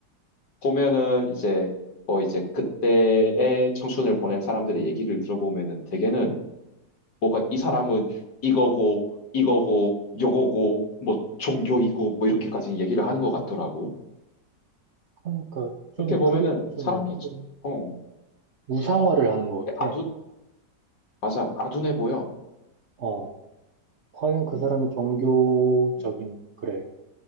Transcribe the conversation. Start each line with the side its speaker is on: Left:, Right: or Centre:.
Left: 보면은 이제 뭐 이제 그때의 청춘을 보낸 사람들의 얘기를 들어보면은 대개는 뭐가 이 사람은 이거고 이거고 요거고 뭐 종교이고 뭐 이렇게까지 얘기를 하는 것 같더라고.
Right: 그러니까 좀
Left: 그렇게 보면은
Right: 그게 좀
Left: 사람이
Right: 그래.
Left: 어
Right: 우상화를 하는 것
Left: 되게
Right: 같아.
Left: 아둔 맞아 아둔해 보여.
Right: 어, 과연 그
Left: 음,
Right: 사람이 종교적인,
Left: 음,
Right: 그래.